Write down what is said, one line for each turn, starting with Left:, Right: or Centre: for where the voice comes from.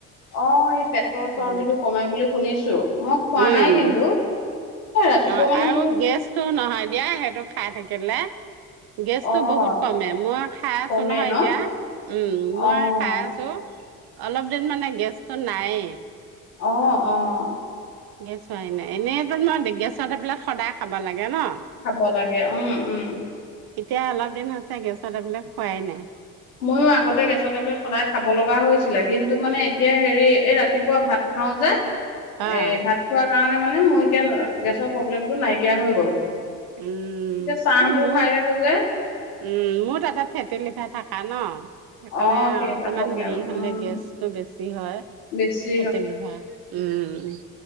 Left: অ এই পেটৰ চৰ্বিটো
Right: চৰ্বি
Left: কমাই বুলি শুনিছো মই খোৱা
Right: উম
Left: নাই কিন্তু এ ৰাতিপুৱা
Right: অ
Left: মানে
Right: আৰু
Left: মোৰ
Right: গেছটো নহয় দিয়া সেইটো খাই থাকিলে গেছটো
Left: অ',
Right: বহুত কমে মই খাই আছো
Left: কমে
Right: নহয়
Left: ন
Right: এতিয়া উম
Left: অ',
Right: মই খাই আছো অলপ দিন মানে গেছতটো নাই
Left: আহ আহ
Right: গেছ হয়াই নাই এনে তোমাৰ গেছৰ টেবলেত সদায় খাব লাগে ন
Left: খাব লাগে উম, উম।
Right: এতিয়া অলপ দিন হৈছে গেছত টেবলেট খোৱাই নাই
Left: ময়ো আগতে গেছৰ টেবলেত সদায় খাব লগা হৈছ কিন্তু মানে এতিয়া হেৰি এই ৰাতিপুৱা ভাত খাও যে এ
Right: অ',
Left: ভাত খোৱাৰ কাৰণে মানে মোৰ এতিয়া গেছৰ প্ৰব্লেমটো নাইকিয়া হৈ গ'ল
Right: উম
Left: এতিয়া চাহবোৰ
Right: স মোৰ
Left: খাই থাকো যে
Right: উম মোৰ তাতে ফেটেলিফা থাকে আন' সেইকাৰণে
Left: অ সেই
Right: অকমান
Left: এটা প্ৰব্লেম
Right: হেৰি
Left: উম
Right: হ'লে গেছটো বেছি হয়। ফেতি
Left: বেছি
Right: লিভাৰ উম।